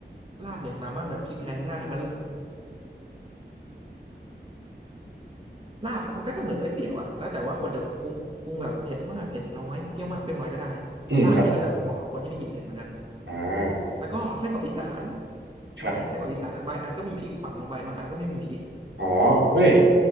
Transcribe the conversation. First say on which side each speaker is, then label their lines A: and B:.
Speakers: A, on the right; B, on the right.
A: ลาบเนี่ยสามารถแบบพลิกแพลงได้มันลาบมันก็จะเหมือนก๋วยเตี๋ยวอะแล้วแต่ว่าคนจะปรุงปรุงแบบเผ็ดมากเผ็ดน้อยเปรี้ยวมากเปรี้ยวน้อยก็ได้
B: อืมครับ
A: ลาบนี่ก็จะเหมาะกับคนที่ไม่กินเผ็ดเหมือนกัน
B: อ่า
A: แล้วก็ไส้กรอกอีสานใช่ไส้กรอกอีสานบางอันก็มีพริกฝังลงไปบางอันก็ไม่มีพริก
B: ครับอ๋อเฮ้ย